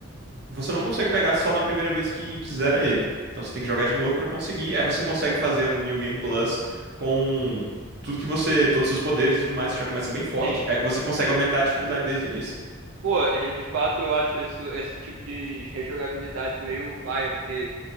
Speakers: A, on the right; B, on the right.
A: você não consegue pegar só na primeira vez que quiser ele. Então você tem que jogar de novo pra conseguir. Aí você consegue fazer um New Game Plus com tudo que você, todos os seus poderes e tudo mais, você já começa bem forte.
B: Sim.
A: É que você consegue aumentar a dificuldade desde o início.
B: Pô, é, de fato eu acho isso, esse tipo de rejogabilidade meio paia, porque